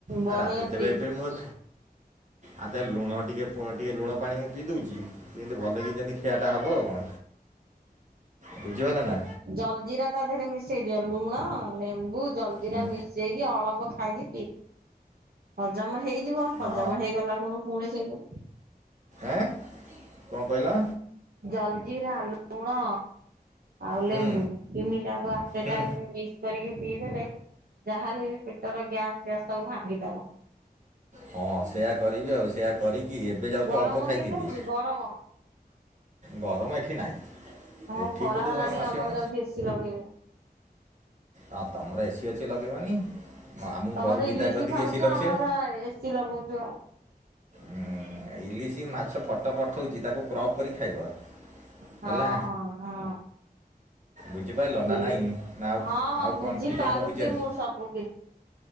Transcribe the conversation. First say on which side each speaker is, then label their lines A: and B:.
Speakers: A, on the right; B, on the right.
A: ବରଯାତ୍ରୀ
B: ଆ ରାତିରେ ତେବେ ଏବେ ମୁଁ ଅ ଆ ତା ଲୁଣ ଟିକେ ଫୁଣ ଟିକେ ଲୁଣ ପାଣି ମୁଁ ପିଇ ଦେଉଛି ଯେନ୍ତି ଭଲକି ଯେମିତି ଖିଆଟା ହବ ଆଉ କଣ ବୁଝିପାରିଲେ ନା?
A: ଜଲ ଜିରା ତା ଦେହରେ ମିଶେଇ ଦିଅ ଲୁଣ ଲେମ୍ବୁ ଜଲ ଜିରା
B: ହୁଁ।
A: ମିଶେଇକି ଅଳପ ଖାଇକି ପିଇବ ହଜମ ହେଇଯିବ।
B: ହଁ
A: ହଜମ ହେଇଗଲା ଖୁଣୁ ପୁଣି ସେଇଠୁ
B: ଆଁ କଣ କହିଲ?
A: ଜଲ୍ଜିରା ଲୁଣ ଆଉ ଲେମ୍ବୁ
B: ହୁଁ
A: ତିନିଟାକୁ ଆଟ ଏ
B: ହୁଁ
A: ଟାଇମ୍ ମିକ୍ସ କରିକି ପିଇଦେଲେ ଯାହାହେଲେ ବି ପେଟର ଗ୍ୟାସ ଫ୍ୟାସ ସବୁ ଭାଙ୍ଗିଦବ।
B: ହଁ ସେୟା କରିବି ଆଉ ସେୟା କରିକି ଏବେ ଯାଉଛି
A: ଗରମ
B: ଅଳ୍ପ ଖାଇଥିବି
A: କେମିତି ହଉଛି ଗରମ
B: ଗରମ ଏଠି ନାହିଁ।
A: ହଁ
B: ଏଠି
A: ଖରା
B: କେଉଁଠୁ
A: ହେଲାଣି
B: ଗରମ ଆସିବ
A: ଆମର
B: ମ
A: ଯାଉଛି ଏସିି ଲଗେଇବି।
B: ହଁ ତମର ଏସିି ଅଛି ଲଗେଇବନି। ମ, ଆମକୁ
A: ତମର
B: ଘରୁ ବିଦା
A: ଇଲିଶି
B: କରିଦେଇକି
A: ଖାଉଛ
B: ଏସି ଲଗେଇବ
A: ଆମର ଏସିି ଲଗଉଛୁ ଆଉ।
B: ହୁଁ ଇଲିସି ମାଛ ଫଟ ପଠୋଉଛି ତାକୁ କ୍ରପ୍ କରି ଖାଇବ
A: ହଁ
B: ହେଲା?
A: ହଁ ହଁ।
B: ବୁଝିପାରିଲ ନା
A: ଇଲି
B: ନାଇଁ ନା ଆଉ?
A: ହଁ ହଁ
B: ଆଉ
A: ବୁଝି
B: କନଫ୍ୟୁଜନ୍
A: ପାରୁଛି
B: କ'ଣ ବୁଝିପାରିଲି
A: ମୁଁ ସବୁ କିଛି।